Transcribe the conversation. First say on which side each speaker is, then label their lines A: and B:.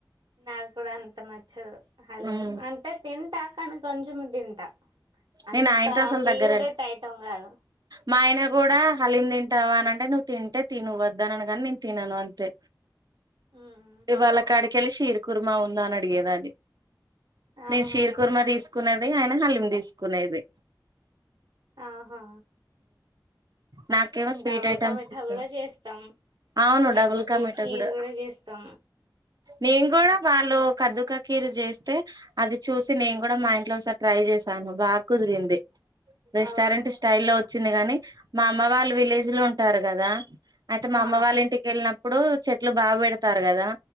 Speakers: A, on the right; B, on the right.
A: నాకు కూడా అంత నచ్చదు హలేం
B: ఉమ్
A: అంటే తింటాకాని కొంచెం తింటా అంత
B: నేను ఆయనతో అసలు
A: ఫేవరెట్
B: దగ్గర
A: ఐటం కాదు
B: మా ఆయన కూడా హలిం తింటావా అని అంటే నువ్వు తింటే తి నువ్ వద్దానని కాని నేను తినను అంతే
A: ఉమ్.
B: ఇవాళ కాడికిెళ్ళి హీర్ కుర్మా ఉందా అని అడిగేదాన్ని
A: ఆహా
B: నేను షీర్ కుర్మ తీసు కునేది ఆయన హలీం తీసు కునేది
A: ఆహా
B: నాకేమో స్వీట్
A: డబల్
B: ఐటమ్స్
A: కా మిఠా
B: ఇష్టం
A: కూడా చేస్తాం
B: అవును
A: కద్దుకి
B: డబుల్ కా మీటా
A: ఖీర్
B: కూడా
A: చేస్తాం
B: నేను కూడా వాళ్ళు కదుక కీరు చేస్తే అది చూసి నేను కూడా మా ఇంట్లో ఒకసారి ట్రై చేసాను బాకుదిరింది రెస్టారెంట్
A: అవును
B: స్టైల్ లో వచ్చింది గాని మా అమ్మ వాళ్ళు విలేజ్ లో ఉంటారు కదా అయితే మా
A: ఆ
B: అమ్మ వాళ్ళ ఇంటికి వెళ్ళినప్ ఇప్పుడు చెట్లు బాగా పెడతారు కదా